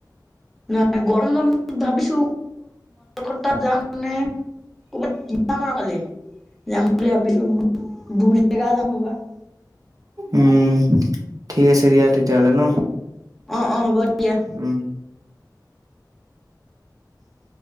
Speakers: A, in the centre; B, on the right (about 50°).
A: নাই গৰম বন্ধত ভাবিছো ক'ত <unintelligible> যাম নে, ক'বাত যাম আৰু কালি। যাম বুলি ভাবিছো দূৰ জেগা যাম <unintelligible>
B: উম ঠিক আছে দিয়া তেতিয়াহলে ন?
A: অ অ হ'ব দিয়া।
B: উম।
A: <inaudible>